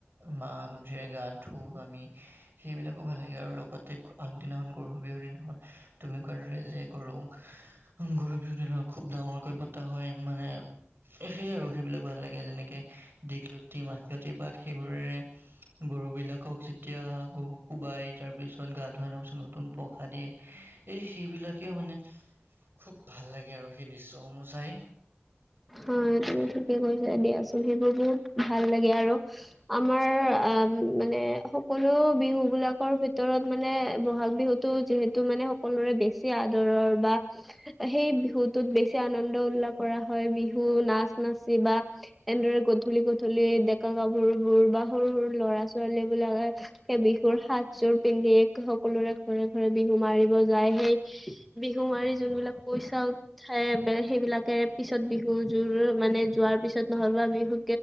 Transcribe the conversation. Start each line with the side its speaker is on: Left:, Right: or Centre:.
Right: মাহ হালধিৰে গা ধুও আমি। সেইবিলাকো ভাল লাগে আৰু লগতে আগদিনাখন গৰু বিহুৰ দিনাখন তুমি কোৱা দৰে যে গৰু গৰু বিহু দিনা খুব ডাঙৰকৈ পতা হয় মানে সেইয়ে আৰু। সেইবিলাক ভাল লাগে যেনেকে দীঘলতি মাখিয়তী পাত সেইবোৰেৰে গৰু বিলাকক যেতিয়া গৰু কোবাই তাৰ পিছত গা ধুৱাৰ পিছত নতুন পসাদ দিয়ে। এই সেইবিলাকে মানে খুব ভাল লাগে আৰু সেই দৃশ্যসমূহ চাই।
Centre: অ' অঁ তুমি ঠিকে কৈছে দিয়াচোন সেইবোৰ বহুত ভাল লাগে আৰু আমাৰ আ মানে সকলো বিহু বিলাক ভিতৰত মানে ব'হাগ বিহুটো যিহেতু মানে সকলোৰে বেছি আদৰৰ বা সেই বিহুটোত বেছি আনন্দ উল্লাস কৰা হয়, বিহু নাচ নাচি বা এনেদৰে গধূলি গধূলি ডেকা গাভৰুবোৰ বা সৰু সৰু ল'ৰা ছোৱালী বিলাকে সেই বিহুৰ সাজযোৰ পিন্ধি সকলোৰে ঘৰে ঘৰে বিহু মাৰিব যায়। সেই বিহু মাৰি যোনবিলাক পইচা উঠাই সেইবিলাকে পিছত বিহু তোৰ মানে যোৱাৰ পিছত নহ'ল বা বিহুৰ